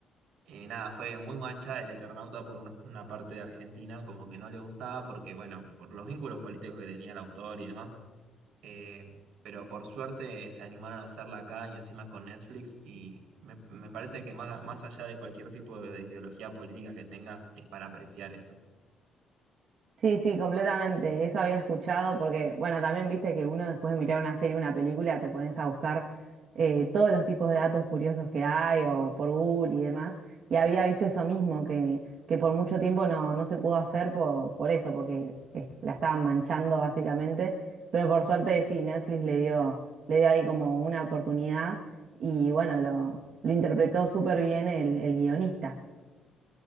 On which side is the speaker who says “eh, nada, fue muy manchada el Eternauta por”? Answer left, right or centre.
Right